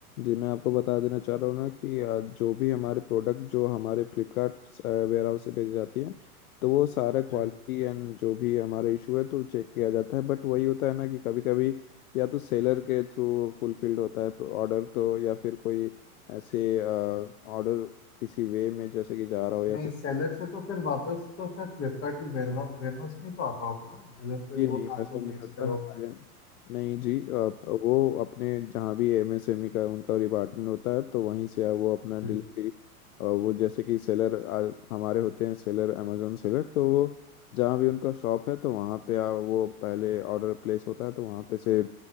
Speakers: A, on the left; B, on the left.
A: जी मैं आपको बता देना चाह रहा हूँ ना कि अ, जो भी हमारे प्रोडक्ट जो हमारे फ्लिपकार्ट वेयर हाउस से भेजी जाती हैं तो वो सारा क्वालिटी
B: जी
A: एंड जो भी हमारा इशू है तो चेक किया जाता है बट वही होता है ना कि कभी कभी या तो सेलर के थ्रू फुलफिल्ड होता है ऑर्डर तो या फिर कोई ऐसे ऑर्डर किसी वे में जैसे कि जा रहा हो या
B: नहीं
A: फिर
B: सेलर से तो फिर वापस तो शायद फ्लिपकार्ट के वेयर हाउस में ही तो आता होगा ना जिधर से
A: जी
B: वो
A: नहीं
B: आप
A: ऐसा
B: लोग
A: नहीं
B: बेचते
A: होता
B: हो
A: हमारे यहाँ। नहीं जी आप वो अपने जहाँ भी एमएसएमई का उनका डिपार्टमेंट होता है तो वहीं से आप वो अपना डिलीवरी
B: जी
A: वो जैसे कि सेलर हमारे होते हैं सेलर अमेजोन सेलर तो वो जहाँ भी उनका शॉप है तो वहाँ पे आ, वो पहले ऑर्डर प्लेस होता है तो वहाँ पे से